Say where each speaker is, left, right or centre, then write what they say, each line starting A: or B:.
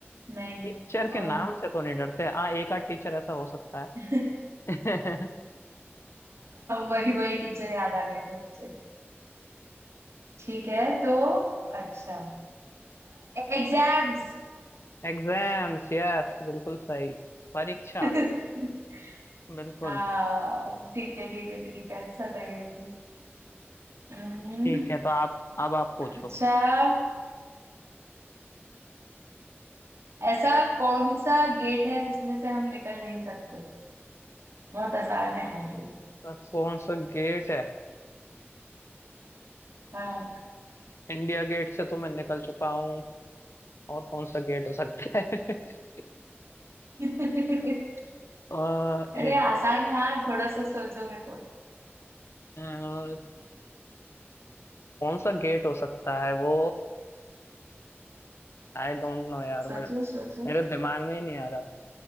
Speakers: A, on the right; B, on the left.
A: नहीं
B: टीचर
A: अ, हाँ
B: के नाम से तो नहीं डरते हाँ एक आध टीचर ऐसा हो सकता
A: <laughs>
B: है <laughs>
A: वही वही टीचर याद आ गए थे मुझे ठीक है तो अच्छा एग्जाम्स
B: एग्जाम्स यस बिल्कुल सही परीक्षा
A: <laughs>
B: बिल्कुल
A: हाँ ठीक है ठीक है ठीक है अच्छा नहीं हम्म,
B: ठीक है तो आप अब आप पूछो
A: अच्छा ऐसा कौन सा गेट है जिसमें से हम निकल नहीं सकते बहुत आसान है यार ये।
B: सर कौन सा गेट है
A: हाँ
B: इंडिया गेट से तो मैं निकल चुका हूँ और कौन सा गेट हो सकता है <laughs>
A: <laughs>
B: अ,
A: अरे
B: एक
A: आसान है यार थोड़ा सा सोचोगे तो
B: मिनट कौन सा गेट हो सकता है वो आई डोंट नो यार
A: सोचो
B: मेरे
A: सोचो
B: मेरे दिमाग में ही नहीं आ रहा